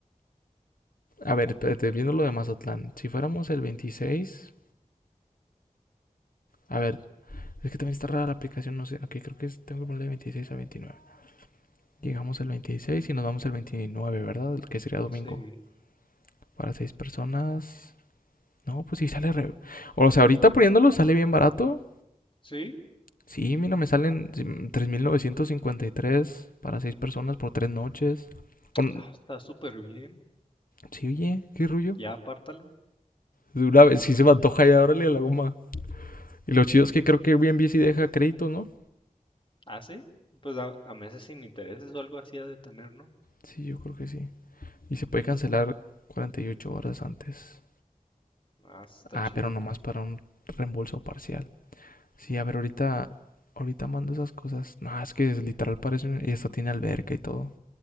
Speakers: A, on the left (about 80°); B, on the left (about 35°).
A: A ver, espérate, viendo lo de Mazatlán. Si fuéramos el 26. A ver, es que también está rara la aplicación, no sé. Ok, creo que es- tengo que ponerle 26 a 29. Llegamos el 26 y nos vamos el 29, ¿verdad? El que sería domingo.
B: Sí.
A: Para seis personas. No, pues sí sale re. O sea, ahorita poniéndolo sale bien barato.
B: Sí,
A: Sí, mira, me salen 3.953 para seis personas por tres noches. O
B: ah, está súper bien.
A: Sí, oye, qué rollo.
B: Ya apártalo.
A: De una vez, sí se me antoja ya, órale a la goma. Y lo chido es que creo que Airbnb sí deja crédito, ¿no?
B: Ah, sí. Pues a, a meses sin intereses o algo así ha de tener, ¿no?
A: Sí, yo creo que sí. Y se puede cancelar 48 horas antes.
B: Ah, está
A: Ah,
B: chidote.
A: pero nomás para un reembolso parcial. Sí, a ver, ahorita, ahorita mando esas cosas. No, es que es literal parece y esto tiene alberca y todo.